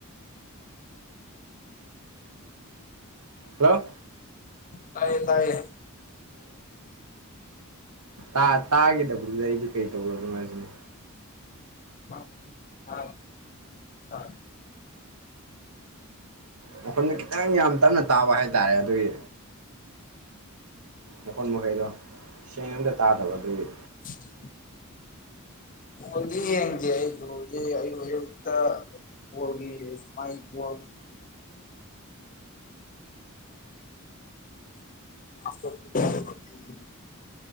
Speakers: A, on the right (about 80°); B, on the left (about 40°).
A: ꯍꯜꯂꯣ
B: ꯇꯥꯏꯌꯦ ꯇꯥꯏꯌꯦ
A: ꯑꯣ ꯇꯥꯈꯤꯗꯕꯗꯨꯗ ꯑꯩꯗꯤ ꯀꯩ ꯇꯧꯗꯅꯣ ꯍꯥꯏꯁꯤꯅ
B: ꯑ ꯑ ꯑ
A: ꯑꯩꯈꯣꯏꯅ ꯈꯤꯇꯪ ꯌꯥꯝ ꯇꯞꯅ ꯇꯥꯕ ꯍꯥꯏꯇꯥꯔꯦ ꯑꯗꯨꯒꯤ ꯃꯈꯣꯟ ꯃꯈꯩꯗꯣ ꯁꯦꯡꯅ ꯑꯝꯇ ꯇꯥꯗꯕ ꯑꯗꯨꯒꯤ
B: <unintelligible> ꯍꯗꯤ ꯌꯦꯡꯗꯦ ꯑꯩꯕꯨꯗꯤ ꯑꯩ ꯍꯧꯌꯛꯇ ꯍ ꯃꯥꯏ ꯍ ꯆꯒꯤ <unintelligible>